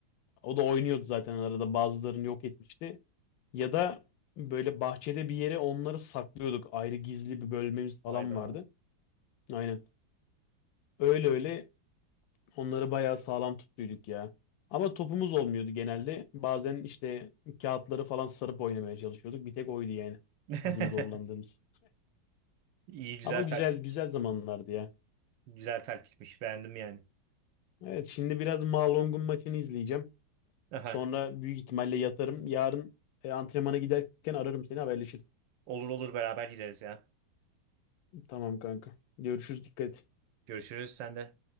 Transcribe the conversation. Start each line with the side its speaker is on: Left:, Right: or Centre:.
Left: O da oynuyordu zaten arada. Bazılarını yok etmişti. Ya da böyle bahçede bir yere onları saklıyorduk. Ayrı gizli bir bölmemiz falan
Right: Hayda.
Left: vardı. Aynen. Öyle öyle onları bayağı sağlam tutuyorduk ya. Ama topumuz olmuyordu genelde. Bazen işte kağıtları falan sarıp oynamaya çalışıyorduk. Bir tek oydu yani
Right: <laughs>
Left: bizim zorlandığımız.
Right: İyi güzel
Left: Ama güzel
Right: taktik.
Left: güzel zamanlardı ya.
Right: Güzel taktikmiş. Beğendim yani.
Left: Evet şimdi biraz Malong'un maçını izleyeceğim.
Right: Aha.
Left: Sonra büyük ihtimalle yatarım. Yarın e, antrenmana giderken ararım seni haberleşiriz.
Right: Olur olur beraber gideriz ya.
Left: Tamam kanka. Görüşürüz dikkat et.
Right: Görüşürüz sen de.